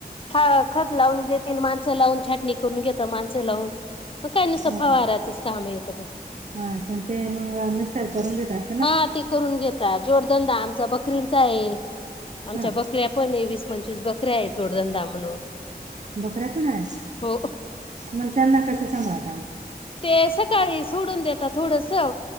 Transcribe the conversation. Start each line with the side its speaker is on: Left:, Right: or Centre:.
Left: हो खत लावून देतील माणसं लावून छटणी करून घेत माण च लाऊन, मग काय नुसत
Right: हा
Left: फवाराचंच काम येतं म
Right: हा असल ते मंग मिस्टर करून देतात.
Left: हा ते करून घेता जोडधंदा आमचा बकरींचा हाये, आमच्या
Right: हा
Left: बकऱ्या पण एक वीस पंचवीस बकऱ्या आहे, जोडधंदा म्हणून
Right: बकऱ्या पण आहेत,
Left: हो.
Right: म त्यांना कसं सांभाळता म?
Left: ते सकाळी सोडून देतात थोडस,